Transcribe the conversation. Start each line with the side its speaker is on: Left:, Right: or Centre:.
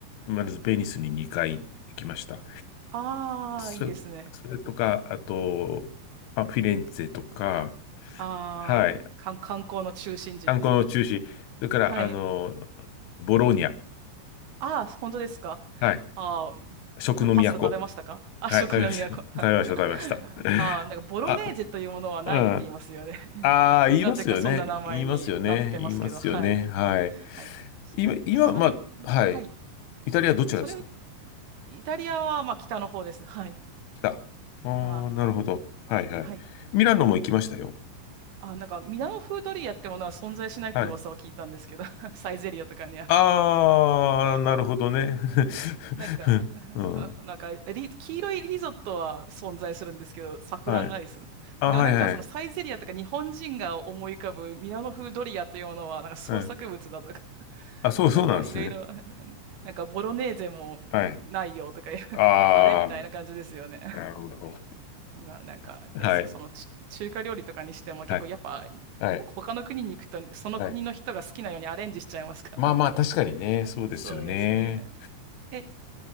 Left: まずベニスに2回行きました。
Right: ああ、
Left: そ、
Right: いいですね。
Left: それとか、あと、まあ、フィレンツェとか、
Right: ああ、
Left: はい。
Right: 観観光の中心地です。
Left: 観光の中心。それから、
Right: はい。
Left: あのーボローニャ。
Right: ああ、本当ですか。
Left: はい。
Right: ああ、
Left: 食の都。
Right: パパスタ食べましたか <laughs> あ、
Left: はい、
Right: 食の都。
Left: 食べました。<laughs> 食べました、
Right: <laughs>
Left: 食べました。
Right: ああ、
Left: <laughs>
Right: なんかボロネーゼというものはないって言いますよね。
Left: あ、うん。
Right: <laughs>
Left: ああ、言いますよね。
Right: なぜかそんな名前になってますけど、
Left: 言いますよね。言いますよね。
Right: はい。
Left: はい。
Right: はい。そ、
Left: 今、今、
Right: それ、
Left: まあ、はい。
Right: はい。
Left: イタリアどちらですか
Right: それ、イタリアはまあ北の方です。はい。
Left: 来た。あ
Right: ああ、
Left: あ、なるほど。はい、はい。
Right: はい。
Left: ミラノも行きましたよ。
Right: ああ、なんかミラノ風ドリアってものは存在しないって噂を聞いたんですけど、
Left: はい。
Right: <laughs> サイゼリアとかには
Left: ああ、なるほどね。
Right: あ、なんか、
Left: <laughs>
Right: なんか、<laughs>
Left: うん。
Right: そのなんかリ、黄色いリゾットは存在するんですけど、サフランライス。
Left: はい。あ、
Right: でもなんか、
Left: はい、はい。
Right: そのサイゼリアとか日本人が思い浮かぶミラノ風ドリアというものは、なんか創作物だとか、
Left: はい。
Right: <laughs>
Left: あ、そう、
Right: なんかいろいろ、
Left: そうなんですね。
Right: <laughs> なんかボロネーゼもないよとか、
Left: はい。
Right: <laughs>
Left: あ
Right: あれみたいな感じですよね。<laughs>
Left: あ、なるほど。
Right: まあ、なんかね、
Left: はい。
Right: そそのち中華料理とかにしても結構やっぱ、
Left: はい。はい。
Right: ほ他の国に行くと、その国の人が好きなようにアレンジしちゃいますからね。
Left: はいまあまあ、確かにね、
Right: <laughs> えそうですね。
Left: そうですよね。
Right: え